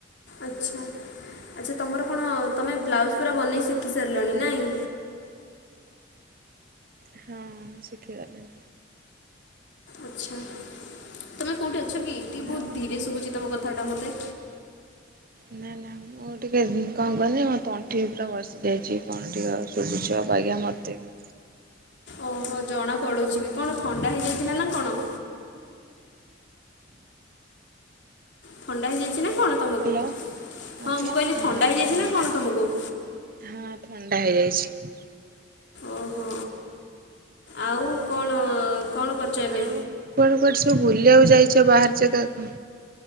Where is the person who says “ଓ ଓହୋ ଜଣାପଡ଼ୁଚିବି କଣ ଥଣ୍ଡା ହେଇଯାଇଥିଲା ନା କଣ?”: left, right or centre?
Left